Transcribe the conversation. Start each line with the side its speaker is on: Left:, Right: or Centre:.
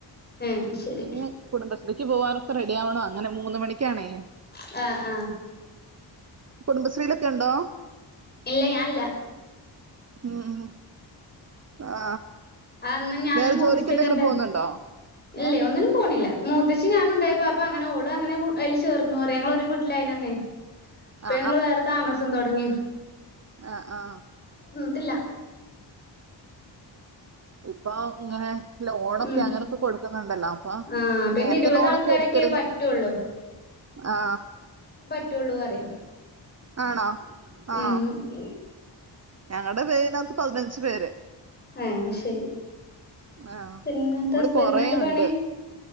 Left: ആഹ് ശരി
Right: പിന്നെ കുടുംബശ്രീക്ക് പോവാനൊക്കെ റെഡിയാവണ് അങ്ങനെ മൂന്ന് മണിക്കാണേ
Left: ആ ആ
Right: കുടുംബശ്രീലൊക്കെയുണ്ടോ
Left: ഇല്ല ഞാൻ ഇല്ല
Right: ഉം ഉം ആ
Left: ആ ഇന്ന് ഞാനും
Right: വേറെ
Left: മുത്തേച്ചിക്കൊ
Right: ജോലിക്ക് എന്തെങ്കിലും
Left: ഇണ്ട്
Right: പോകുന്നുണ്ടോ
Left: ഇല്ലേ
Right: ഏ
Left: ഒന്നിനും പോണില്ല മൂത്തേച്ചീം ഞാനും ഉണ്ടായിപ്പോ അപ്പൊ അങ്ങനെ ഓളും അങ്ങനെ അതില് ചേർന്നു പറയാ ഞങ്ങളൊരു വീട്ടിലായിനന്നെ ഇപ്പൊ
Right: ആ
Left: ഞങ്ങള് വേറെ താമസം തൊടങ്ങി
Right: ആ ആ
Left: ട്ടില്ല
Right: ഇപ്പോ ഇങ്ങനെ ലോണൊക്കെ
Left: ഉം
Right: അങ്ങനൊക്കെ കൊടുക്കുന്നുണ്ടല്ലോ അപ്പൊ
Left: ആഹ് പിന്നെ
Right: നേരത്തെ
Left: ഇരുപത്
Right: ലോണൊക്കെ
Left: ആൾക്കാരൊക്കെ
Right: എടുത്തിരുന്നു
Left: പറ്റുള്ളൂ
Right: ആ
Left: പറ്റൊള്ളൂ പറയാ
Right: ആണോ ആ
Left: ഉം
Right: ഞങ്ങടെ പേകിനാത്ത് പതിനഞ്ച് ഞ്ച് പേര്
Left: ആ ശരി
Right: ആ
Left: പിന്നെന്താ
Right: ഇവിടെ
Left: ഹസ്ബൻറിനെന്താ
Right: കൊറേ
Left: പണി
Right: ഉണ്ട്